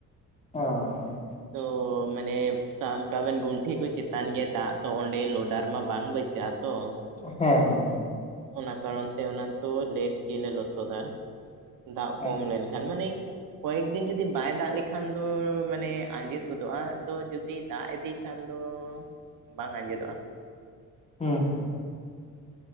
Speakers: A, on the left (about 20°); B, on the right (about 75°).
A: ᱚ, ᱟᱪᱪᱷᱟ᱾
B: ᱛᱚ, ᱢᱟᱱᱮ ᱥᱟᱱᱠᱟᱜ ᱵᱮᱱ ᱜᱩᱱᱴᱷᱤ ᱠᱚ ᱪᱮᱛᱟᱱ ᱜᱮᱭᱟ ᱫᱟᱜ ᱛᱚ ᱚᱱᱰᱮ ᱞᱚᱰᱟᱨ ᱢᱟ ᱵᱟᱝ ᱵᱟᱹᱭᱥᱟᱹᱜ᱾ ᱜᱮᱭᱟ ᱛᱚ᱾
A: ᱦᱮᱸ ᱦᱮᱸ᱾
B: ᱚᱱᱟ ᱠᱟᱨᱚᱱ ᱛᱮ ᱚᱱᱟ ᱫᱚ ᱞᱮᱴ ᱜᱮᱞᱮ ᱞᱚᱥᱚᱫᱟ ᱾ ᱫᱟᱜ
A: ᱦᱮᱸ
B: ᱠᱚᱢ ᱞᱮᱱᱠᱷᱟᱱ ᱢᱟᱱᱮ ᱾ ᱠᱚᱭᱮᱠ ᱫᱤᱱ ᱡᱩᱫᱤ ᱵᱟᱭ ᱫᱟᱜ ᱞᱮᱠᱷᱟᱱ ᱫᱚ ᱢᱟᱱᱮ ᱟᱧᱡᱮᱫ ᱜᱚᱫᱚᱜ-ᱟ ᱫᱚ ᱡᱩᱫᱤ ᱫᱟᱜ ᱤᱫᱤ ᱮᱱᱠᱷᱟᱱ ᱫᱚ ᱵᱟᱝ ᱟᱡᱮᱫᱚᱜ-ᱟ ᱾
A: ᱦᱩᱸ᱾